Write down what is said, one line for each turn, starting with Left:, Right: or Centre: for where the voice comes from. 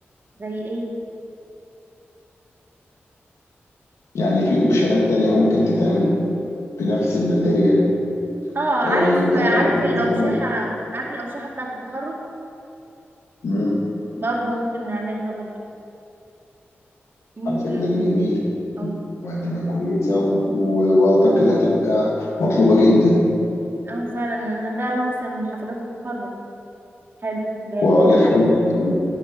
Right: زي ايه
Left: يعني في اوبشنات تانية ممكن تتعمل بنفس الماتيريال
Right: اه عارف
Left: آه، يبقى
Right: عارف
Left: ورد وحاجة
Right: الأوشحة
Left: تانية.
Right: عارف الأوشحة بتاعة التخرج
Left: مم.
Right: برضو ممكن نعملها برضو ممكن
Left: على الفكره دي جميل
Right: اه
Left: وهتبقى كويسه و- و- واعتقد هتبقى مطلوبه جدا
Right: اه فعلا لأن ده موسم حفلات التخرج حلو جامد
Left: واقول
Right: ده
Left: لك حاجه يعني